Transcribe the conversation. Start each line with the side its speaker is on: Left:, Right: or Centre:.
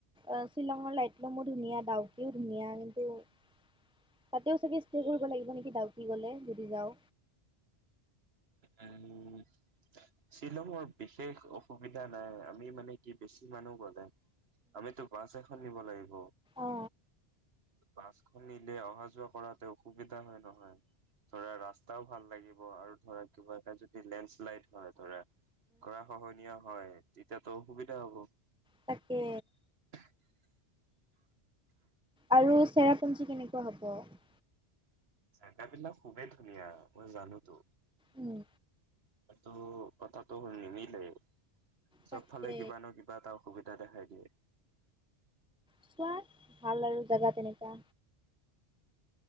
Centre: অ', শ্বিলঙৰ লাইট মোৰ ধুনীয়া ডাউকিও ধুনীয়া, কিন্তু তাতেয়ো চাগে ষ্টে কৰিব লাগিব নেকি? ডাউকী গ'লে যদি যাওঁ।
Right: উম, শ্বিলঙৰ বিশেষ অসুবিধা নাই আমি মানে কি বেছি মানুহ গ'লে আমিতো বাছ এখন নিব লাগিব
Centre: অ
Right: বাছখন নিলে অহা যোৱা কৰাতে অসুবিধা <unintelligible> হয়, নহয় ধৰা ৰাস্তাও ভাল লাগিব আৰু ধৰা কিবা এটা যদি লেণ্ডশ্লাইড হয়, ধৰা গৰাখহনীয় হয়। এতিয়াতো অসুবিধা হ'ব।
Centre: তাকে।
Right: <inaudible>
Centre: আৰু চেৰাপুঞ্জী কেনেকুৱা হ'ব?
Right: জেগাবিলাক খুবেই ধুনীয়া, মই জানোতো।
Centre: উম।
Right: সেইটো কথাটো নিমিলেই। চবফালেই
Centre: তাকে
Right: কিবা নহয় কিবা এটা অসুবিধা দেখাই দিয়ে।
Centre: কোৱা, ভাল আৰু জেগা তেনেকুৱা।